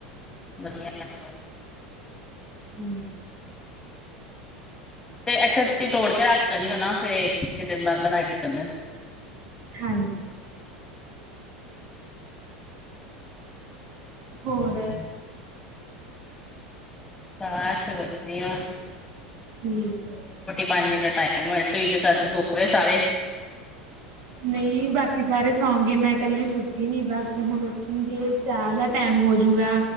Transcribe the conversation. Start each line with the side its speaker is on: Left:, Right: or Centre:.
Left: ਵਧੀਆ ਸਗੋ
Right: ਹਮ।
Left: ਤੇ ਅੱਛਾ ਤੁਸੀਂ ਤੋੜ ਕੇ ਰੱਖ ਲੈਂਦੇ ਹੋ ਨਾ ਫੇਰ ਕਿਤੇ। <unintelligible> <unintelligible>
Right: ਹਾਂਜੀ। ਹੋਰ?
Left: ਬਸ ਵਧੀਆ।
Right: ਠੀਕ ਹੈ।
Left: ਪੜਨੇ ਦਾ ਟਾਈਮ ਹੋ ਤੁਸੀਂ ਤੇ ਸਚ ਸੋ ਗਏ ਸਾਰੇ?
Right: ਨਹੀਂ ਬਾਕੀ ਸਾਰੇ ਸੌਂ ਗਏ ਮੈਂ ਕੱਲੀ ਸੁੱਤੀ ਨੀ ਬਸ ਹੁਣ ਉੱਠਣਗੇ ਚਾਹ ਦਾ ਟੈਮ ਹੋਜੂਗਾ